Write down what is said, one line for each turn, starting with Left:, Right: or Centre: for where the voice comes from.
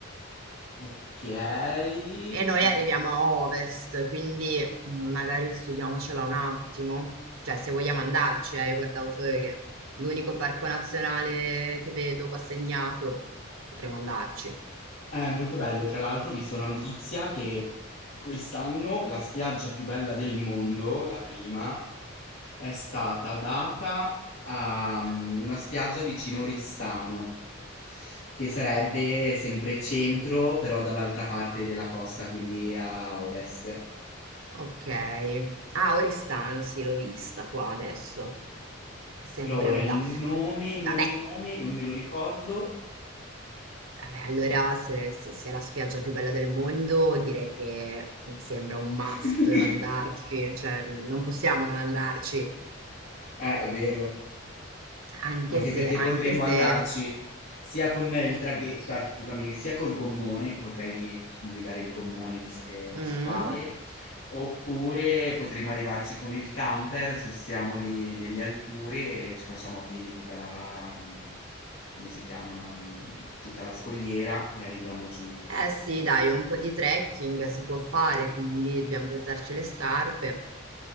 Left: Ok. mm.
Right: E noi arriviamo a ovest, quindi mm, magari studiamocela un attimo. Cioè, se vogliamo andarci, eh, io guardavo solo che l'unico parco nazionale che vedo qua segnato, potremmo andarci.
Left: È molto bello. Tra l'altro, ho visto una notizia che quest'anno la spiaggia più bella del mondo, la prima, è stata data a mm, una spiaggia vicino Oristano, che sarebbe sempre centro, però dall'altra parte della costa, quindi a ovest.
Right: Ok. Ah, Oristano, sì, l'ho vista qua adesso. Sempre
Left: Però ora
Right: a metà.
Left: il nome, nome,
Right: Vabbè,
Left: nome, non me lo ricordo.
Right: vabbè, allora se, se- se è la spiaggia più bella del mondo, direi che mi sembra un
Left: <laughs>
Right: must andarci. Cioè, non possiamo non andarci.
Left: Eh, È vero.
Right: Anche
Left: Anche
Right: se,
Left: perché
Right: anche
Left: potremmo
Right: se...
Left: andarci sia con il traghetto, cioè, scusami, sia col gommone, che potrei guidare il gommone visto che lo
Right: Mm.
Left: so fare, oppure potremmo arrivarci con il camper, sostiamo lì nelle alture e ci facciamo a piedi tutta la, mh, come si chiama, mh, tutta la scogliera e arriviamo giù in
Right: Eh
Left: spiaggia.
Right: sì, dai, un po' di trekking si può fare, quindi dobbiamo portarci le scarpe.